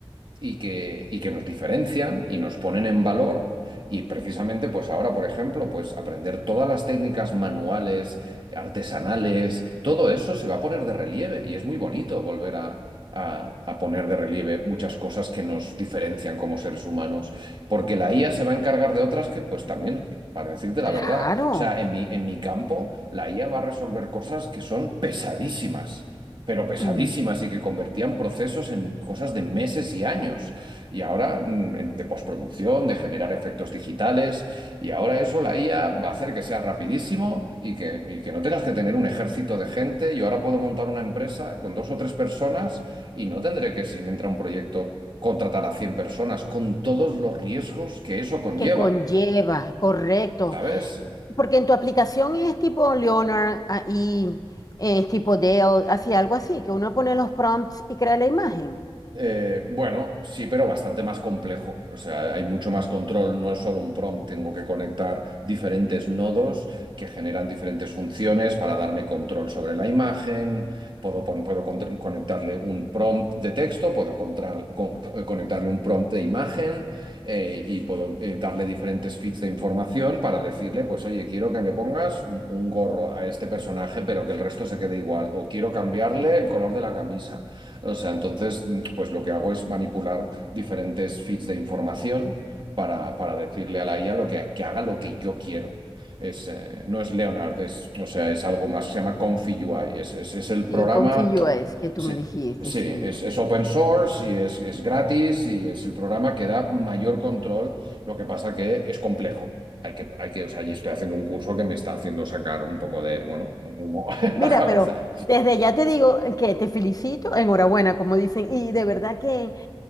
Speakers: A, on the right; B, on the left.
A: y que, y que nos diferencian y nos ponen en valor. Y precisamente, pues ahora, por ejemplo, pues aprender todas las técnicas manuales, artesanales, todo eso se va a poner de relieve y es muy bonito volver a, a- a poner de relieve muchas cosas que nos diferencian como seres humanos, porque la IA se va a encargar de otras que, pues también, para decirte la
B: Claro.
A: verdad, o sea, en mi, en mi campo, la IA va a resolver cosas que son pesadísimas pero pesadísimas
B: Mm.
A: y que convertían procesos en cosas de meses y años. Y ahora mm, en- de postproducción, de generar efectos digitales, y ahora eso la IA va a hacer que sea rapidísimo y que, y que no tengas que tener un ejército de gente. Yo ahora puedo montar una empresa con dos o tres personas y no tendré que, si me entra un proyecto, contratar a 100 personas con todos los riesgos que eso conlleva.
B: que conlleva, correcto.
A: ¿Sabes?
B: Y- Porque en tu aplicación es tipo Leonard ah, y es tipo Dell, así algo así, que uno pone los prompts y crea la imagen.
A: Eh, bueno, sí, pero bastante más complejo. O sea, hay mucho más control, no es solo un prompt, tengo que conectar diferentes nodos que generan diferentes funciones para darme control sobre la imagen, puedo, pon- puedo contr- conectarle un prompt de texto, puedo contrar- con- eh, conectarle un prompt de imagen eh, y puedo eh, darle diferentes feeds de información para decirle, pues oye, quiero que me pongas un un gorro a este personaje, pero que el resto se quede igual, o quiero cambiarle el color de la camisa. O sea, entonces, mm, pues lo que hago es manipular diferentes feeds de información para, para decirle a la IA lo que, que haga lo que yo quiero. Es, eh, no es Leonard, es, o sea, es algo más, se llama Confi UI. Es, es- es el
B: Sí,
A: programa,
B: confío es que tú
A: sí,
B: me dijiste,
A: sí,
B: sí.
A: es, es open source y es, es gratis y es el programa que da mayor control. Lo que pasa que es complejo. Hay que, hay que, o sea, y estoy haciendo un curso que me está haciendo sacar un poco de, bueno, humo <laughs> a
B: Mira,
A: la cabeza.
B: pero desde ya te digo que te felicito, enhorabuena, como dicen, y de verdad que